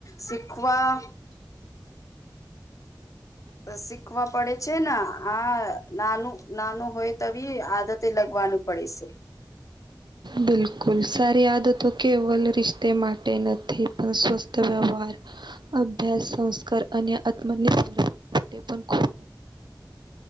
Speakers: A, on the left; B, on the right.
A: શીખવા શીખવા પડે છે ને આ નાનું નાનું હોય તવીી આદતે લગવાનું. પડે છે.
B: બિલકુલ સારી આદ તો કેવલ રિશ્તે માટે નથી. સ્વસ્થ વ્યવહાર અભ્યાસ સંસ્કાર અને આત્મનિર્ભર માટે પણ ખૂબ